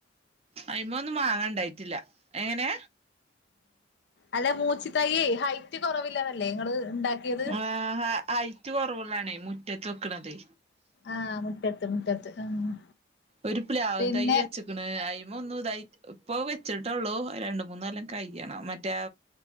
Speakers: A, on the right (about 30°); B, on the left (about 60°).
A: അയിമ ഒന്നും മാങ്ങ ഇണ്ടായിട്ടില്ല എങ്ങനെ?
B: അല്ല മൂച്ചി തയ്യേ ഹൈറ്റ് കൊറവില്ലതല്ലേ ഇങ്ങള് ഇണ്ടാക്കിയത്?
A: ആഹ് ഹൈറ്റ് കൊറവുള്ളാണേ മുറ്റത്ത് വെക്ക്ണതെ
B: ആഹ് മുറ്റത്ത് മുറ്റത്ത് ആഹ്
A: ഒരു പ്ലാവും
B: പിന്നെ
A: തയ്യ് വെച്ച് ക്ക്ണു അയിമ ഒന്നും ഇതായി ഇപ്പൊ വെച്ചിട്ടൊള്ളു അത് രണ്ട് മൂന്നൊല്ലാം കഴിയണം മറ്റേ